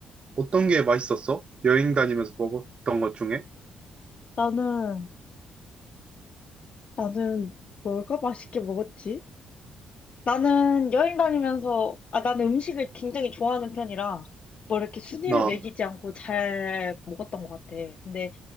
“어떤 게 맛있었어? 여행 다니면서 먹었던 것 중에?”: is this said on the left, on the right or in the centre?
Right